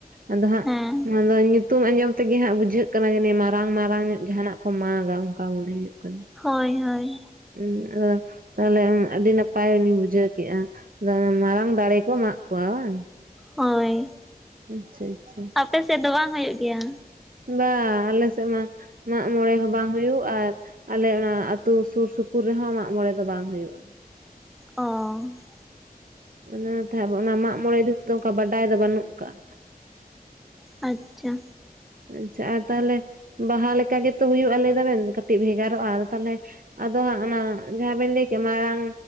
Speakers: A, on the right; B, in the centre.
A: ᱟᱫᱚ
B: ᱦᱮᱸ
A: ᱦᱟᱸᱜ <unintelligible> ᱧᱩᱛᱩᱢ ᱟᱸᱡᱚᱢ ᱛᱮᱜᱮ ᱦᱟᱸᱜ ᱵᱩᱡᱷᱟᱹᱜ ᱠᱟᱱᱟ ᱡᱟᱹᱱᱤᱡ ᱢᱟᱨᱟᱝ ᱢᱟᱨᱟᱝ ᱧᱚᱜ ᱡᱟᱦᱟᱱᱟᱜ ᱠᱚ ᱢᱟᱜᱟ ᱚᱱᱠᱟ ᱢᱚᱱᱮ ᱦᱩᱭᱩᱜ ᱠᱟᱱᱟ᱾
B: ᱦᱳᱭ ᱦᱳᱭ
A: ᱩᱸ <inaudible> ᱛᱟᱦᱚᱞᱮ ᱟᱹᱰᱤ ᱱᱟᱯᱟᱭ ᱞᱤᱧ ᱵᱩᱡᱷᱟᱹᱣ ᱠᱮᱜᱼᱟ ᱟᱫᱚ ᱢᱟᱨᱟᱝ ᱫᱟᱲᱮ ᱠᱚ ᱢᱟᱜ ᱠᱚᱣᱟ ᱵᱟᱝ᱾
B: ᱦᱳᱭ
A: ᱟᱪᱪᱷᱟ ᱟᱪᱪᱷᱟ
B: ᱟᱯᱮ ᱥᱮᱫ ᱵᱟᱝ ᱦᱳᱭᱳᱜ ᱜᱮᱭᱟ?
A: ᱵᱟ ᱟᱞᱮ ᱥᱮᱫ ᱢᱟ ᱢᱟᱜ ᱢᱚᱬᱮ ᱦᱚᱸ ᱵᱟᱝ ᱦᱳᱭᱳᱜ ᱟᱨᱼᱼᱼ ᱟᱞᱮ ᱚᱱᱟ ᱟᱹᱛᱩ ᱥᱩᱨ ᱥᱩᱯᱩᱨ ᱨᱮᱦᱚᱸ ᱢᱟᱜ ᱢᱚᱬᱮ ᱫᱚ ᱵᱟᱝ ᱦᱩᱭᱩᱜᱼᱟ᱾
B: ᱚ᱾
A: ᱚᱱᱟᱛᱮ ᱟ ᱚᱱᱟ ᱢᱟᱜ ᱢᱚᱬᱮ ᱤᱫᱤᱛᱮᱫᱚ ᱚᱱᱠᱟ ᱵᱟᱰᱟᱭ ᱫᱚ ᱵᱟᱹᱱᱩᱜ ᱟᱠᱟᱜᱼᱟ᱾
B: ᱟᱪᱪᱷᱟ᱾
A: ᱟᱪᱪᱷᱟ ᱟᱨ ᱛᱟᱦᱟᱞᱮ, ᱵᱟᱦᱟ ᱞᱮᱠᱟ ᱜᱮᱛᱚ ᱦᱩᱭᱩᱜᱼᱟ ᱞᱮᱭ ᱫᱟᱵᱮᱱ ᱠᱟᱹᱴᱤᱡ ᱵᱷᱮᱜᱟᱨᱚᱜᱼᱟ ᱟᱫᱚ ᱛᱟᱦᱚᱞᱮᱼᱼ ᱟᱫᱚ ᱦᱟᱸᱜ ᱚᱱᱟ ᱡᱟᱦᱟᱸ ᱵᱮᱱ ᱞᱟᱹᱭ ᱠᱮᱜ ᱢᱟᱨᱟᱝ